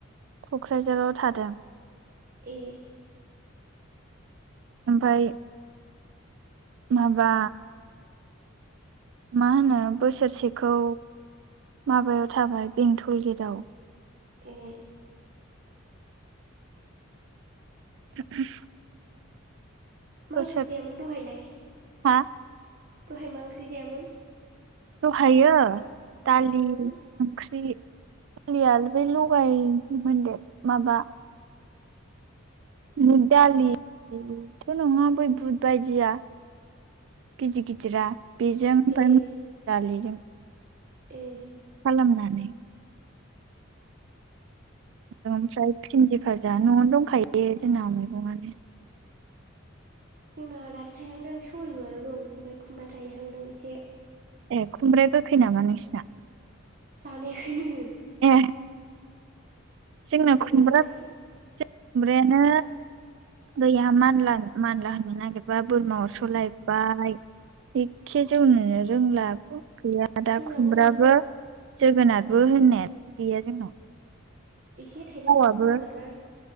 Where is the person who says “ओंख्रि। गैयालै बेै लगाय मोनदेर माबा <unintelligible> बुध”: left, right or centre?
Right